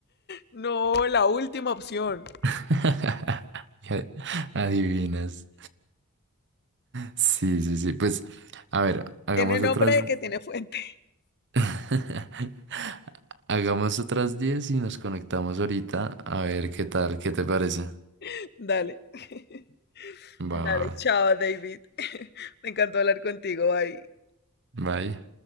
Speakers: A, on the left (about 50°); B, on the right (about 55°).
A: No, la última opción.
B: <laughs> Y a- Adivinas. Sí, sí, sí. Pues, a ver, hagamos
A: Tiene nombre
B: otras.
A: de que tiene fuentes.
B: <laughs> Hagamos otras 10 y nos conectamos ahorita. A ver qué tal, qué te parece.
A: <laughs> Dale. <laughs>
B: Va,
A: Dale,
B: va,
A: chao, David. <laughs> Me encantó hablar contigo. Bye.
B: va. Bye.